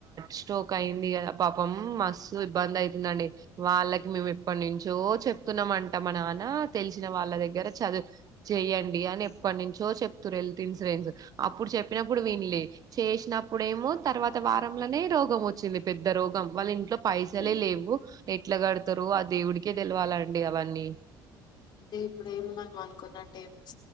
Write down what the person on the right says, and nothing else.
స్టోక్ అయింది కదా పాపం మస్తు ఇబ్బంది ఐతుందండి వాళ్ళకి మే ఎప్పటి నుంచో చెప్తున్నమంట మా నాన్న తెలిసిన వాళ్ళ దగ్గర చదువు చెయండి అని ఎప్పటినుంచో చెప్ తు రెల్త్ ఇన్సూరెన్స్ అప్పుడు చెప్పినప్పుడు వినలే చేసినప్పుడేమో తర్వాత వా రం ల నే రోగం వచ్చింది పెద్ద రోగం వాళ్ళ ఇంట్లో పైసలే
లేవు ఎ ఎట్లా కడతరు అ దేవుడికే తెలివాలండి అవన్నీ